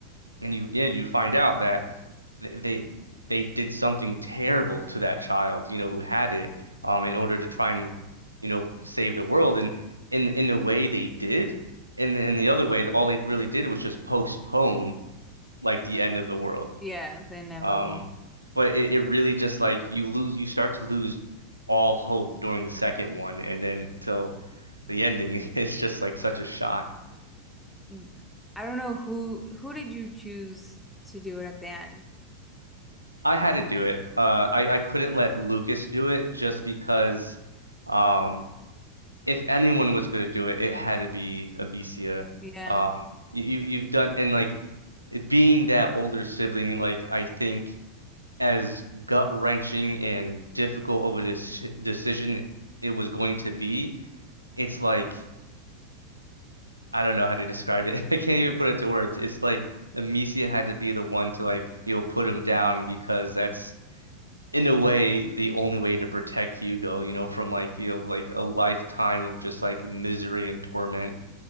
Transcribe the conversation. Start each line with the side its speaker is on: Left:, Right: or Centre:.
Right: and you yeah, you find out that they they, they did something terrible to that child, you know, who had it, um, in order to try and, you know, save the world. And in in a way they did, and in the other way, all they really did was just postpone like the end of the world.
Centre: Yeah, the inevitable.
Right: Um, but it, it really just like you lose, you start to lose all hope during the second one, and then till the ending, <laughs> it's just like such a shock.
Centre: Mm, I don't know who who did you choose to do it at the end?
Right: I had to do it. Uh, I I couldn't let Lucas do it just because, um, if anyone was gonna do it, it had to be Amicia.
Centre: Yeah.
Right: Um, you you- you've done and like being that older sibling, like I think as gut wrenching and difficult of a dec decision it was going to be, it's like I don't know how to describe it. <laughs> I can't even put it to words. It's like Amicia had to be the one to like you know put him down because that's in a way the only way to protect Hugo, you know, from like you know like a lifetime of just like misery and torment.